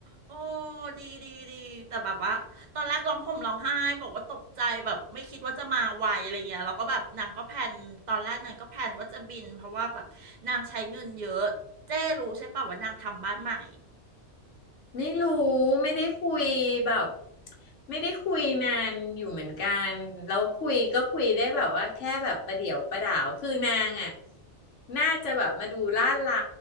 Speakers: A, on the right; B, on the left.
A: โอ้ดีดีดีแต่แบบว่าตอนแรกร้องห่มร้องไห้บอกว่าตกใจแบบไม่คิดว่าจะมาไวอะไรเงี้ยแล้วก็แบบนางก็แพลนตอนแรกนางก็แพลนว่าจะบินเพราะว่าแบบนางใช้เงินเยอะเจ้รู้ใช่ป่ะว่านางทำบ้านใหม่
B: ไม่รู้ไม่ได้คุยแบบไม่ได้คุยนานอยู่เหมือนกันแล้วคุยก็คุยได้แบบว่าแค่แบบประเดี๋ยวประดาวคือนางอ่ะน่าจะแบบมาดูลาดเลา